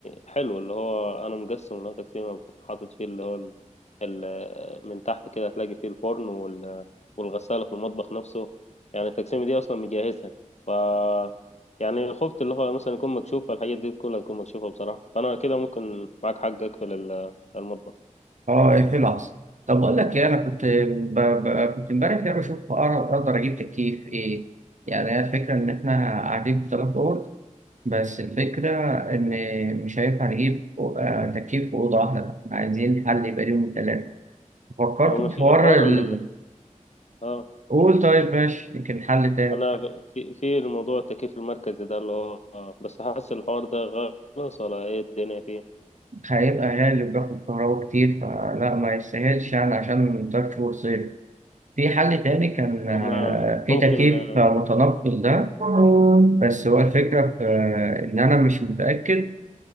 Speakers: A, on the left (about 55°); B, on the right (about 65°).
A: حلو اللي هو انا مقسم اللي هو تقسيمه حاطط فيه اللي هو ال... ال... من تحت كده هتلاقي فيه الفرن وال... والغساله في المطبخ نفسه يعني التقسيمه دي اصلا مجهزها ف يعني خفت اللي هو مثلا يكون مكشوف فالحاجات دي كلها تكون مكشوفه بصراحه فانا كده ممكن معاك حق اقفل ال- المطبخ
B: آه اقفل العصر طب أقول لك إيه أنا كنت ب... ب... كنت إمبارح كده بشوف أقر- أقدر أجيب تكييف إيه يعني هي الفكرة إن إحنا قاعدين في تلات أوض بس الفكرة إن مش هينفع نجيب أو- آه، تكييف في أوضة واحدة إحنا عايزين حل يبقى ليهم التلاتة فكرت
A: هو ما
B: في
A: في
B: حوار
A: حوار
B: ال...
A: ال اه
B: قول طيب ماشي يمكن حل تاني
A: انا في في الموضوع التكييف المركزي ده اللي هو آه، بس حاسس الحوار ده غلط ولا ايه الدنيا فيه
B: هيبقى غالي وبياخد كهرباء كتير فلا ما يستاهلش يعني عشان تلات شهور صيف في حل تاني كان
A: طب
B: آه،
A: ما
B: في
A: ممكن
B: تكييف
A: آه،
B: متنقل ده بس هو الفكرة في آه، إن أنا مش متأكد